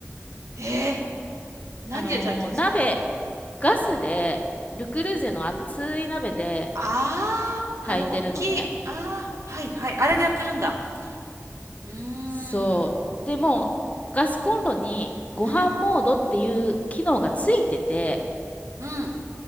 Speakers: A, on the right (about 80°); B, on the left (about 30°).
A: ええ何で炊いてるんですか
B: あのー鍋、ガスで、ルクルーゼの熱い鍋で
A: ああー、
B: 炊いてるのね。
A: あの、大きい。ああ、はいはい。あれでやってるんだ。うー
B: そう。
A: ん。
B: でもガスコンロにご飯モードっていう機能がついてて、
A: うん、うん、